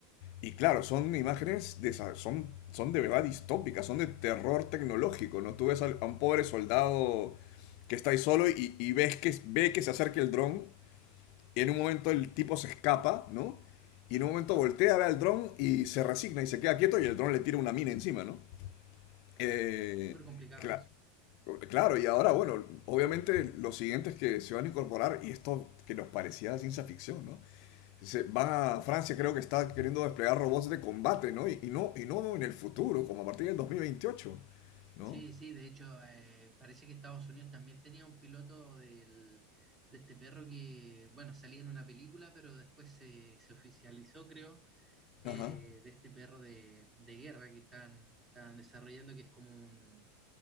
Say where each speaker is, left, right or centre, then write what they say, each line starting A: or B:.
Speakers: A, on the left; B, on the right.
A: Y claro, son imágenes de son, son de verdad distópicas, son de terror tecnológico, ¿no? Tú ves a un pobre soldado que está ahí solo y, y ves que ve que se acerca el dron y en un momento el tipo se escapa, ¿no? Y en un momento voltea a ver al dron y se resigna y se queda quieto y el dron le tira una mina encima, ¿no?
B: Claro,
A: Eh,
B: súper complicado
A: cla-
B: eso.
A: claro, y ahora, bueno, obviamente los siguientes que se van a incorporar, y esto que nos parecía ciencia ficción, ¿no? Se van a Francia, creo que está queriendo desplegar robots de combate, ¿no? Y, y no, y no en el futuro, como a partir del 2028, ¿no?
B: Sí, sí, de hecho, eh, parece que Estados Unidos también tenía un piloto del, de este perro que, bueno, salía en una película, pero después se, se oficializó, creo, eh,
A: Ajá.
B: de este perro de, de guerra que están, están desarrollando, que es como un,